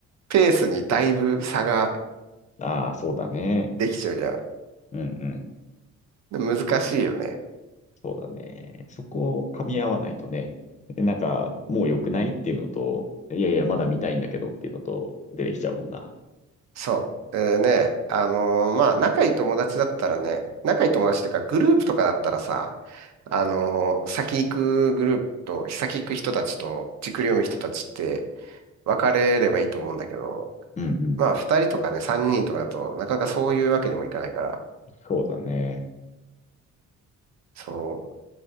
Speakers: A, on the right (about 60°); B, on the left (about 25°).
A: ペースにだいぶ差が
B: ああ、そうだね。
A: できちゃうじゃん。
B: うんうん
A: で難しいよね。
B: そうだね。そこを噛み合わないとね、なんか、もう良くないっていうのと、いやいや、まだ見たいんだけどっていうのと、出てきちゃうもんな。
A: そう。でね、あのーまあ、仲いい友達だったらね、仲いい友達っていうか、グループとかだったらさ、あのー先行くグループと、先行く人たちと、じっくり読む人たちって分かれればいいと思うんだけど、
B: うんうん。
A: まあ、二人とかね、三人とかだと、なかなかそういうわけにもいかないから、
B: そうだね。
A: そ